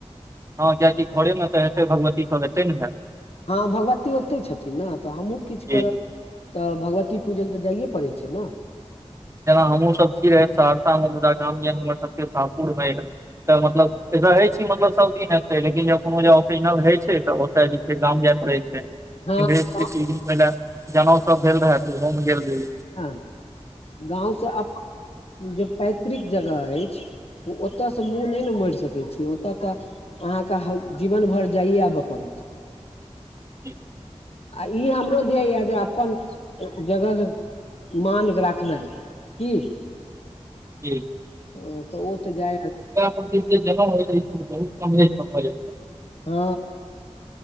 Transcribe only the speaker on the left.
हँ भगवती ओतहि छथिन ने त हमहूँ किछु
करब
त भगवती पूजल तऽ जाइए पड़ै छै ने।
हँ
गाँव
हँ गावसँ जे पैतृक जगह अछि ओतयसँ मुँह नहि ने मरि सकै छी ओतय त अहाँकेँ जीवन भरि जाइए आबय पड़त।
आ ई हमरो ध्येय तै जे अपन जगह मान राख <unintelligible>
ह